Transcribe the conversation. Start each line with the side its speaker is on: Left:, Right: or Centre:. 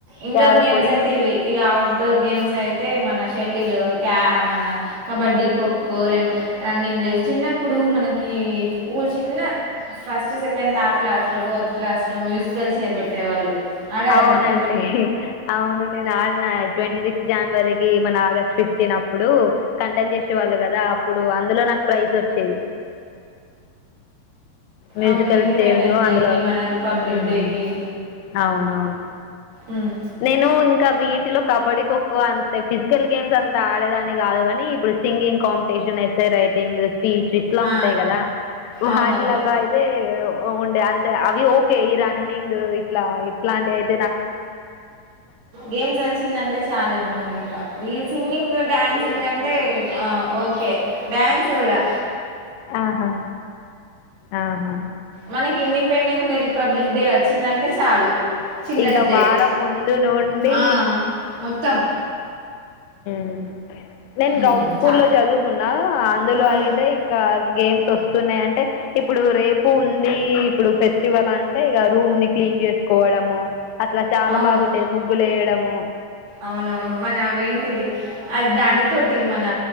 Right: ఇండోర్
Left: క్యారమ్
Right: గేమ్స్
Left: బోర్డ్
Right: అయితే
Left: ఇంక
Right: ఇవి ఇక అఔట్ డోర్ గేమ్స్ అయితే మన చెటిలు క్యా మన కబడ్డీ ఖోఖో రెం రన్నింగ్ రేస్ చిన్నప్పుడు మనకి ఊళు చిన్న ఫస్ట్ సెకండ్ థర్డ్ క్లాస్లో ఫోర్త్ క్లాస్లో మ్యూజికల్ చేర్ పెట్టేవాళ్ళు ఆడ ఆరమిక
Left: అవునండి అవును నేను ఆడినా ట్వంటీ సిక్స్ జనవరికి, మన ఆగస్ట్ ఫిఫ్టీన్ అప్పుడు కండక్ట్ చేసే వాళ్ళు కదా, అప్పుడు అందులో నాకు ప్రైజ్ వచ్చేది. మ్యూజికల్
Right: అవును ఇండిపెండెన్స్
Left: చైర్ లో
Right: డేకి
Left: అందులో
Right: మన రిపబ్లిక్
Left: హ్మ్మ్
Right: డేకి
Left: అవునవును
Right: ఉమ్.
Left: నేను ఇంకా వీటిలో కబడ్డీ, ఖోఖో అంతే ఫిజికల్ గేమ్స్ అంతా ఆడేదాన్ని కాదు కాని, ఇప్పుడు singing competition SI writing. Speech ఇట్లా
Right: ఆ
Left: ఉంటాయి కదా వా
Right: అవునవును
Left: ఇళ్లలో అయితే ఉండే అంతే అవి ఓకే ఈ రన్నింగ్ ఇట్లా ఇట్లాంటి ఐత్
Right: గేమ్స్ వచ్చిందంటే చాలు ఇంగ మేము ఇంకా ఈ సింగింగ్ డాన్ సింగ్ అంటే ఓకే డ్యాన్స్ గూడా
Left: ఆహా ఆహా
Right: మనకి ఇండిపెండెన్స్ డే, రిపబ్లిక్ డే వచ్చిందంటే చాలు. చిల్డ్రన్స్
Left: ఇంక
Right: డే
Left: వారం ముందు నుండి
Right: ఆ మొత్తం
Left: మ్ నేను
Right: ఉమ్
Left: గౌట్స్ స్కూల్
Right: చ
Left: లో చదువుకున్నా అందులో
Right: ఆ
Left: అయితే ఇంకా గేమ్స్ వస్తున్నాయి అంటే ఇప్పుడు రేపు ఉంది ఇప్పుడు ఫెస్టివల్ అంటే ఇగా రూమ్ ని క్లీన్ చేసుకోవడము అట్లా చాలా
Right: అవును
Left: బాగుండేది ముగ్గులు వేయడం మ్
Right: అవునవును మన అవేంటిది అది దాని తోటి మన